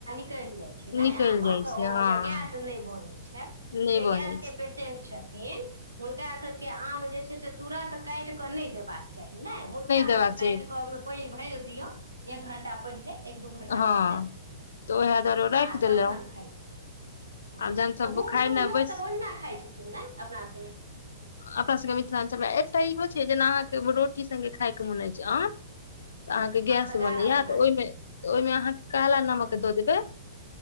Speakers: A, on the right; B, on the left.
A: ल जाइ छै ने
B: निकलि
A: आमक
B: जाइ
A: ओ
B: छै हँ
A: जे गैस नहि बनल छै
B: नहि
A: जे
B: बनै
A: गैस के
B: छै
A: पेेशेंट छथिन छथिन हुनका सबके आम जे छै से तुरत काटिकऽ नहि देबाक चाही नहि मुट्ठा
B: देबाक
A: काटिकऽ
B: चाही
A: ओहिमे पानि भरि दिऔ एक घण्टा पहिले एक दू घण्टा
B: हँ
A: पहिले
B: तऽ उएह दुआरे
A: आ
B: राखि देलहुँ
A: तखन खाइ छथिन हँ
B: आब जहन सब
A: तऽ बूढ़
B: खाय
A: सूढ़
B: ल
A: लोक
B: बैस
A: सब ओहिना खाइ छथिन ने अपना सब
B: अपना सबके मिथिलाञ्चल मे एकटा इहो छै जेना अहाँ रोटी संगे खायके मौन अइछ आम तऽ अहाँके
A: हाँ
B: गैस
A: तऽ गारा
B: बनैया
A: बना
B: तऽ
A: दि
B: ओहिमे तऽ ओहिमे अहाँके काला
A: हाँ
B: नमक दऽ देबै